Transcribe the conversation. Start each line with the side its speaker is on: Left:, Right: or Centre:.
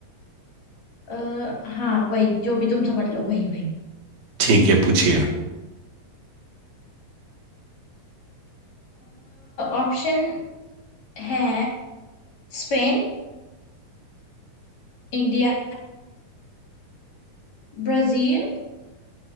Left: आ, हाँ वही जो भी तुम समझ लो वही वही
Right: ठीक है पूछिए
Left: ऑप्शन है स्पेन इंडिया ब्राजील